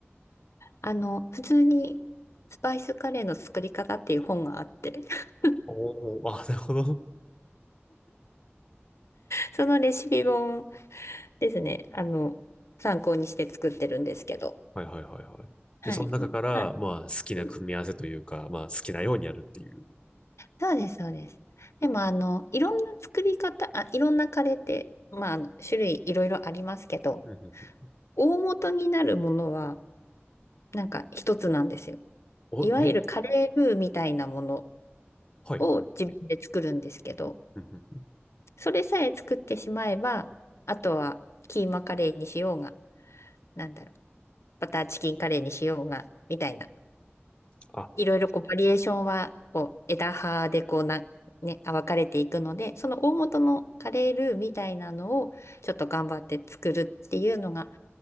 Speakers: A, on the left (about 85°); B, on the left (about 20°).
A: あの、普通にスパイスカレーの作り方っていう本があって、<laughs>
B: おお、あ、なるほど。
A: そのレシピ本ですね、あの、参考にして作ってるんですけど。
B: はいはいはいはい。
A: はい。
B: で、その中から、
A: うんあ、
B: まあ、好きな組み合わせというか、
A: うん
B: まあ、好きなようにやるっていう。
A: そうです、そうです。そうですでも、あの、いろんな作り方、あ、いろんなカレーって、まあ、あの種類いろいろありますけど、
B: うんうんうん
A: 大元になるものは、なんか一つなんですよ。
B: お、
A: いわゆるカレールーみたいなもの
B: えはいはいはい。
A: を自分で作るんですけど、
B: うんうんうん
A: それさえ作ってしまえば、あとはキーマカレーにしようが、なんだろう、バターチキンカレーにしようが、みたいな。
B: あ、
A: いろいろこうバリエーションは、こう枝葉でこうな、ね、あ分かれていくので、その大元のカレールーみたいなのをちょっと頑張って作るっていうのが、